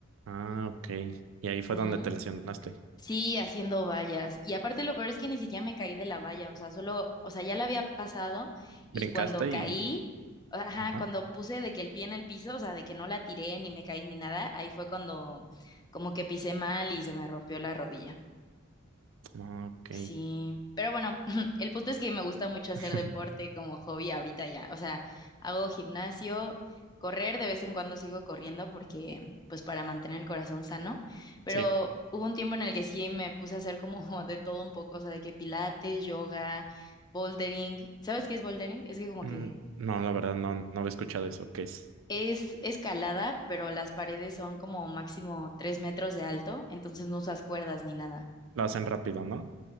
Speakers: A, on the right (about 65°); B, on the left (about 20°).
A: Ah, ok. Y ahí fue
B: Ajá.
A: donde te lesionaste.
B: Sí, haciendo vallas. Y aparte lo peor es que ni siquiera me caí de la valla, o sea, solo, o sea, ya la había pasado y
A: Brincaste
B: cuando caí,
A: y...
B: ajá,
A: Ajá.
B: cuando puse de que el pie en el piso, o sea, de que no la tiré ni me caí ni nada, ahí fue cuando como que pisé mal y se me rompió la rodilla.
A: Ah, Ok.
B: Sí, pero bueno, <laughs> el punto es que me gusta mucho hacer
A: <laughs>
B: deporte como hobby ahorita ya. O sea, hago gimnasio, correr, de vez en cuando sigo corriendo porque, pues para mantener el corazón sano. Pero
A: Sí.
B: hubo un tiempo en el que sí me puse a hacer como <laughs> de todo un poco, o sea, de que pilates, yoga, bouldering. ¿Sabes qué es bouldering? Es que como
A: Mm,
B: que
A: No, la verdad no, no había escuchado eso. ¿Qué es?
B: es escalada, pero las paredes son como máximo tres metros de alto, entonces no usas cuerdas ni nada.
A: Lo hacen rápido, ¿no?